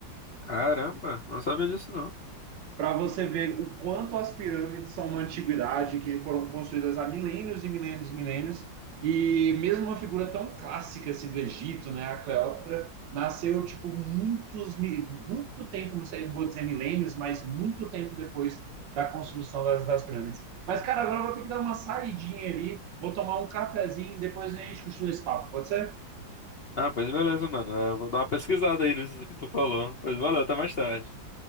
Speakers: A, on the left; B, on the right.
A: Caramba, não sabia disso não.
B: para você ver o quanto as pirâmides são uma antiguidade, que foram construídas há milênios e milênios e milênios, e mesmo uma figura tão clássica assim do Egito, né, a Cleópatra, nasceu tipo muitos muito tempo, não sei, não vou dizer milênios, mas muito tempo depois da construção das, das pirâmides. Mas cara, agora eu vou ter que dar uma saidinha ali, vou tomar um cafezinho, depois a gente continua esse papo, pode ser?
A: Ah, pois beleza, mano. Eu vou dar uma pesquisada aí nisso que tu falou. Pois valeu, até mais tarde.